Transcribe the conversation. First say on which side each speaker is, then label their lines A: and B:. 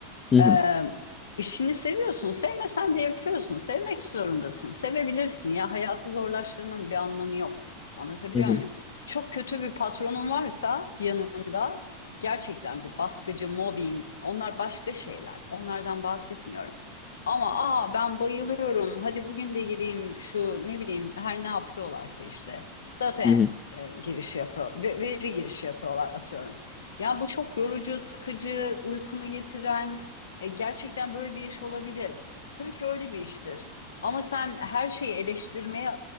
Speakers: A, on the left (about 30°); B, on the left (about 85°).
A: Hı hı.
B: Ee, işini seviyorsun, sevmesen de yapıyorsun. Sevmek zorundasın, sevebilirsin. Ya hayatı zorlaştırmanın bir anlamı yok. Anlatabiliyor
A: Hı hı.
B: muyum? Çok kötü bir patronun varsa yanında Gerçekten bir baskıcı, mobbing, onlar başka şeyler. Onlardan bahsetmiyorum. Ama aa ben bayılıyorum. Hadi bugün de gireyim şu ne bileyim her ne yapıyorlarsa işte. Data
A: Hı hı.
B: e, girişi yapıyor. ve- Veri girişi yapıyorlar atıyorum. Ya bu çok yorucu, sıkıcı, uykunu getiren e, gerçekten böyle bir iş olabilir. Tabii ki öyle bir iştir. Ama sen her şeyi eleştirmeye